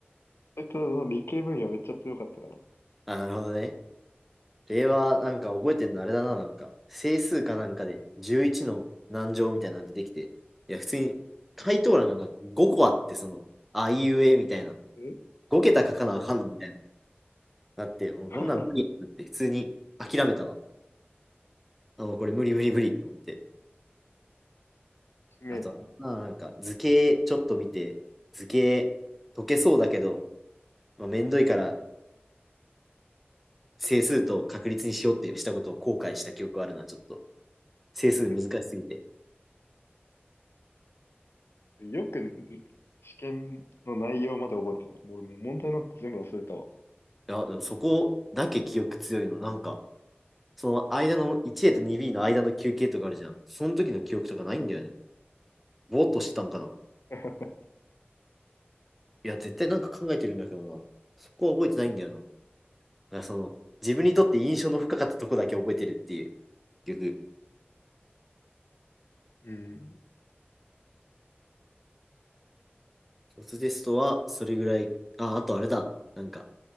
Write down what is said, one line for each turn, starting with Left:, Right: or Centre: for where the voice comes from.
Left: そいつはその理系分野めっちゃ強かったから。
Centre: あなるほどね。令和、なんか覚えてんのあれだな、なんか。整数かなんかで、11の何乗みたいなの出てきて。いや、普通に、回答欄が5個あって、
Left: うん
Centre: その、あいうえみたいな。
Left: え
Centre: 5桁書かなあかんのみたいな。
Left: あ、う
Centre: なって、もうこんなん無理やんって、
Left: <laughs>
Centre: 普通に諦めたわ。あ、もうこれ無理無理無理と思って。
Left: しめえな
Centre: あと、まあなんか図形ちょっと見て、図形解けそうだけど、まあ、めんどいから整数と確率にしようってしたことを後悔した記憶があるな、ちょっと。整数難しすぎて。
Left: <laughs>。
Centre: い
Left: よく試験の内容まで覚えてるの。俺もう問題なんて全部忘れたわ。
Centre: や、でもそこだけ記憶強いの、なんか、その間の 1A と 2B の間の休憩とかあるじゃん。その時の記憶とかないんだよね。
Left: うん。
Centre: ぼーっとしてたんかな。
Left: <laughs>
Centre: いや、絶対なんか考えてるんだけどな。そこは覚えてないんだよな。だからその、自分にとって印象の深かったとこだけ覚えてるっていう。結局
Left: うん。
Centre: ロステストはそれぐらい。あ、あとあれだ。なんか、